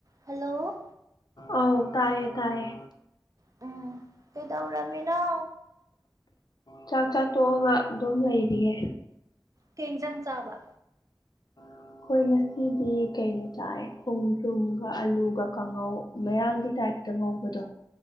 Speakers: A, on the right; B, on the left.
A: hello
B: ꯑꯧ ꯇꯥꯢꯌꯦ ꯇꯥꯏꯌꯦ
A: ꯎꯝ ꯀꯩꯗꯧꯔꯝꯃꯤꯅꯣ
B: ꯆꯥꯛ ꯆꯥ ꯇꯣꯛꯑꯒ ꯑꯗꯨꯝ ꯂꯩꯔꯤꯌꯦ
A: ꯀꯩ ꯏꯟꯖꯥꯡ ꯆꯥꯕ
B: ꯑꯩꯈꯣꯏ ꯉꯁꯤꯗꯤ ꯀꯩꯅꯣ ꯆꯥꯏ ꯈꯣꯡꯗ꯭ꯔꯨꯝꯒ ꯑꯂꯨꯒ ꯀꯥꯡꯉꯧ ꯃꯌꯥꯡꯒꯤ ꯇꯥꯏꯞꯇ ꯉꯧꯕꯗꯣ